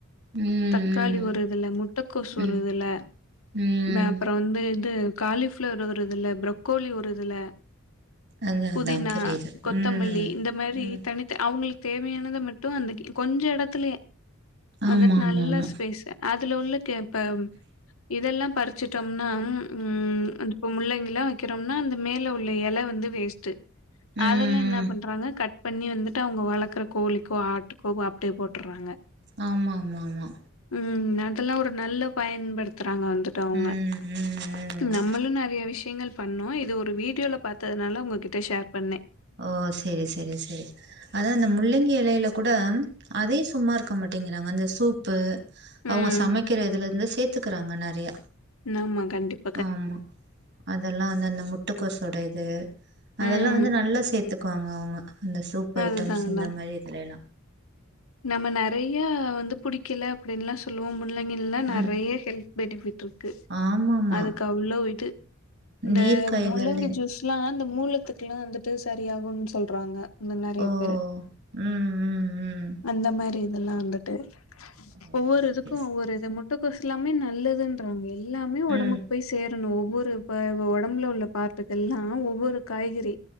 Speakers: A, on the right; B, on the left.
A: ம்
B: தக்காளி ஒரு இதுல முட்டக்கோசு
A: ம்
B: ஒரு இதுல
A: ம்
B: ப்ப அப்பறோ வந்து இது காலிஃப்ளவர் ஒரு இதுல ப்ரக்கோலி ஒரு இதுல
A: அதா
B: புதினா
A: அதா புரியுது
B: கொத்தமல்லி
A: ம்
B: இந்த மாரி
A: ம்
B: தனி த அவுங்களுக்கு தேவையானத மட்டு அந்த கே கொஞ்ச எடத்துலயே
A: ஆமா
B: வந்துட்டு
A: ஆமா
B: நல்ல
A: ஆமா
B: ஸ் பேஸ்சு அதுல உள்ள கே இப்ப இதெல்லா பறிச்சிட்டோம்னா அம் ம் அந்து இப்ப முள்ளங்கிலா வக்கிறோம்னா அந்த மேல உள்ள எலவந்து வேஸ்ட்டு
A: ம்
B: அதெல்லா என்ன பண்றாங்க கட் இப்ப அண்ணி வந்துட்டு அவங்க வளக்ற கோழிக்கோ ஆட்டுக்கோ அப்டியே போட்டுறாங்க
A: ஆமாமாமா
B: ம் அதெல்லா ஒரு நல்ல பயன்படுத்துறாங்க வந்துட்டு அவுங்க
A: ம் ம் ம்
B: நம்மளு நெறைய விஷயங்கள் பண்ணோ இது ஒரு வீடியோல பாத்ததுனால உங்ககிட்ட ஷேர் பண்ணே
A: ஓ செரி செரி செரி அதா அந்த முள்ளங்கி எலையில கூட அதையு சும்மா இருக்க மாட்டேங்கிறாங்க அந்த சூப்பு அவுங்க
B: ம்
A: சமைக்கிறதுல இருந்து சேத்துக்கிறாங்க நெறைய
B: நாமா கண்டிப்
A: ஆமா அதெல்லா அந்த அந்த முட்டகோஸ் ஓட இது அதெல்லா
B: ம்
A: வந்து நல்லா சேத்து க்குவாங்க அவுங்க அந்த சூப்
B: அதுதா
A: ஐட்டம்ஸ்
B: அதா
A: இந்த மாரி இதல எல்லா
B: நம்ம நெறைய வந்து புடிக்கல அப்டின்னுலா சொல்லுவோ முள்ளங்கில்லலா நெறைய
A: ம்
B: ஹெல் பெனிஃபிட் ருக்கு
A: ஆமாமா
B: அதுக்கு அவ்ளோ இது இந்த
A: நீர் காய்கள்
B: முள்ளங்கி ஜூஸ் கில்லா இந்த மூலத்துக்குலா வந்துட்டு சரியாகுன்னு சொல்றாங்க இன்னு நெறையா
A: ஓ
B: பேரு
A: ம் ம் ம்
B: அந்த மாரி இதெல்லா வந்துட்டு
A: ஓ
B: ஒவ்வொரு
A: செரி
B: இதுக்கு
A: செரி
B: ஒவ்வொரு இது முட் முட்டகோஸ் எல்லாமே நல்லதுன்றாங்க எல்லாமே ஒடம்புக்
A: ம்
B: போய் சேரணு ஒவ்வொரு இப்ப ஒடம்பல உள்ள பார்ட்டுகெல்லா ஒவ்வொரு காய்கறி